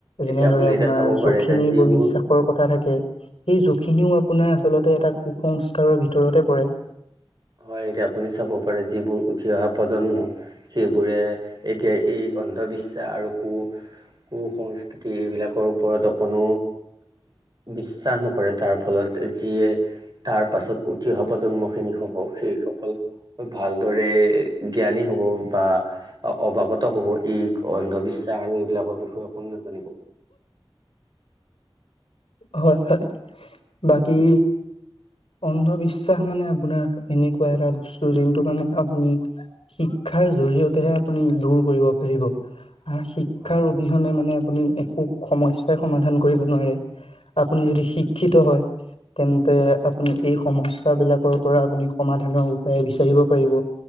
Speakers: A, on the left; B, on the right.
A: যেনেদৰে
B: এতিয়া আপুনি এতিয়া চাব পাৰে
A: যখিনীৰ
B: এতিয়া যিবোৰ
A: বুলি বিশ্বাসৰ কথা থাকে। সেই যখিনিও আপোনাৰ আচলতে এটা কু-সংস্কাৰৰ ভিতৰতে পৰে।
B: হয় এতিয়া আপুনি চাব পাৰে যিবোৰ উঠি অহা প্ৰজন্ম, সেইবোৰে এতিয়া এই অন্ধবিশ্বাস আৰু কু কু সংস্কৃতি এইবিলাকৰ ওপৰত অকণো বিশ্বাস নকৰে তাৰ ফলত। যিয়ে, তাৰ পাছত উঠি অহা প্ৰজন্ম খিনি হ'ব। সেইসকল ভালদৰে জ্ঞানী হ'ব বা অৱাগত হব। ই অন্ধবিশ্বাস আৰু এইবিলাকৰ বিষয়ে কোন নাজানিব।
A: হয় হয়। বাকী অন্ধবিশ্বাস মানে। আপোনাৰ এনেকুৱা এটা বস্তু যোনটো কাৰণে আপুনি। শিক্ষাৰ জৰিয়তেহে আপুনি দূৰ কৰিব আবিহ শিক্ষাৰ
B: হয়
A: অবিহনে মানে আপুনি একো সমস্যা সমাধান কৰিব নোৱাৰে আপুনি যদি শিক্ষিত হয় তেন্তে আপোনলোকেই সমস্যা বিলাকৰ পৰা আপুনি সমাধানৰ উপায় বিচাৰিব পাৰিব